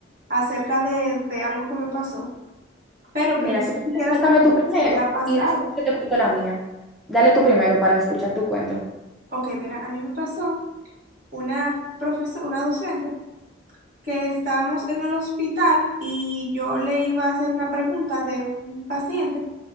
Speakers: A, on the right; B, in the centre.
A: acerca de, de algo que me pasó. Pero
B: mira,
A: primero
B: si tú quieres,
A: quisiera
B: cuéntame
A: saber
B: tu primero
A: si te ha pasado.
B: y después yo te cuento la mía. Dale tu primero para escuchar tu cuento.
A: Ok, mira, a mí me pasó una profesora, una docente que estábamos en el hospital y yo le iba a hacer una pregunta de un paciente